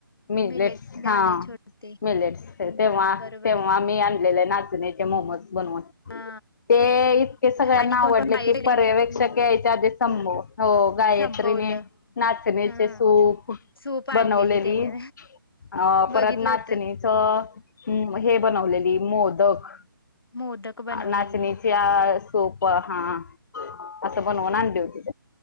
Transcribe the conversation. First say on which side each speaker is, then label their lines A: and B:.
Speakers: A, on the left; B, on the left.
A: मिलेटस
B: मिलेट्स दाणे
A: हा
B: छोटे
A: मिलेटस
B: हम्म
A: तेव्हा
B: बरोबर
A: तेव्हा आ मी आणलेले नाचणीचे मोमोज बनवून.
B: हा
A: ते इतके सगळ्यांना
B: आणि कोण
A: आवडले
B: कोण बाहेर
A: की पर्यवेक्षक
B: हम्म
A: यायच्या आधी संभव हो गायत्रीने
B: संपवलं
A: नाचणीचे
B: हा
A: सूप
B: सूप आणलेली
A: बनवलेली
B: त्याने
A: अ
B: बघितलं
A: परत नाचणी
B: होतं
A: <unintelligible> हे बनलेली मोदक
B: मोदक बनवलेली
A: नाचणी <unintelligible> सोप हा असं बनवून आणली होती